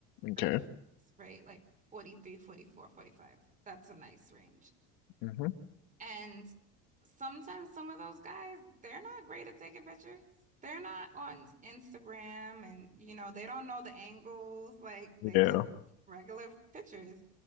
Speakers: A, on the left (about 70°); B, on the right (about 20°).
A: okay,
B: early 40s, right? Like 43, 44, 45. That's a nice range.
A: hmm
B: And sometimes some of those guys, they're not great at taking pictures. They're not on Instagram and, you know, they don't know the angles. Like they
A: yeah,
B: just regular pictures.